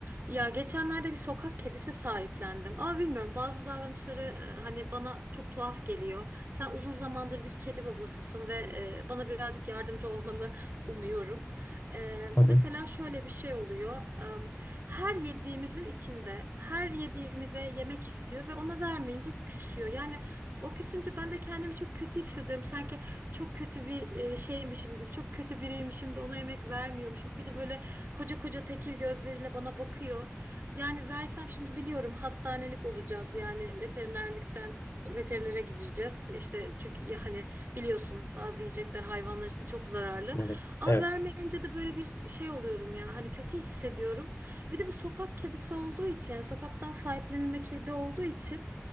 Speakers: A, on the right; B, on the left.
A: Ya geçenlerde bir sokak kedisi sahiplendim. Ama bilmiyorum bazı davranışları e, hani bana çok tuhaf geliyor. Sen uzun zamandır bir kedi babasısın ve e, bana birazcık yardımcı olmanı umuyorum. E,
B: Tabii.
A: mesela şöyle bir şey oluyor. E, her yediğimizin içinde her yediğimize yemek istiyor ve ona vermeyince küsüyor. Yani O küsünce ben de kendimi çok kötü hissediyorum. Sanki çok kötü bir e, şeymişim gibi, çok kötü biriymişim de ona yemek vermiyormuşum. Bir de böyle Koca koca tekir gözleriyle bana bakıyor. Yani versem şimdi biliyorum hastanelik olacağız. Yani veterinerlikten veterinere gideceğiz. İşte çünkü ya hani biliyorsun bazı yiyecekler hayvanlar için çok zararlı.
B: Evet.
A: Ama
B: Evet.
A: vermeyince de böyle bir şey oluyorum ya. Hani kötü hissediyorum. Bir de bu sokak kedisi olduğu için yani sokaktan sahiplenilme kedi olduğu için